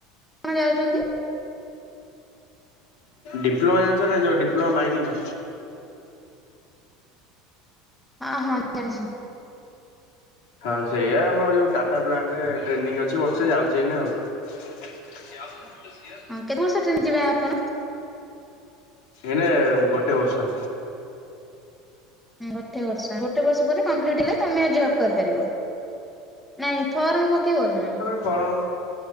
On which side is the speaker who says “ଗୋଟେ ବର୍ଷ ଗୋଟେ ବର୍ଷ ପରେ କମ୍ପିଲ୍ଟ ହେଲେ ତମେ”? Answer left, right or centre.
Centre